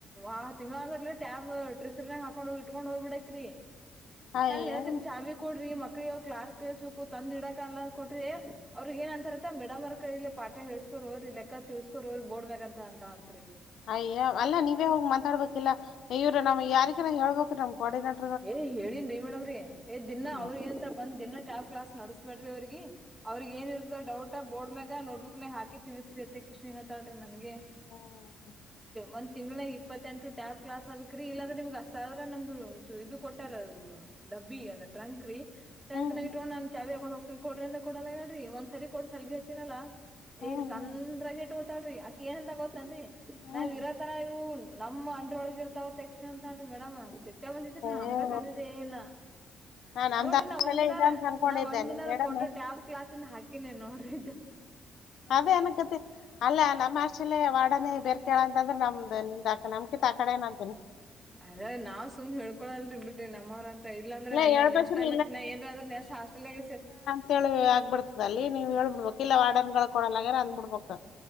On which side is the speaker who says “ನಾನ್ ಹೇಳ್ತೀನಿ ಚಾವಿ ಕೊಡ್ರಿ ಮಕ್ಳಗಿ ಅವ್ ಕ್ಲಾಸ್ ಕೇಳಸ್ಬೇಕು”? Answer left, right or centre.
Centre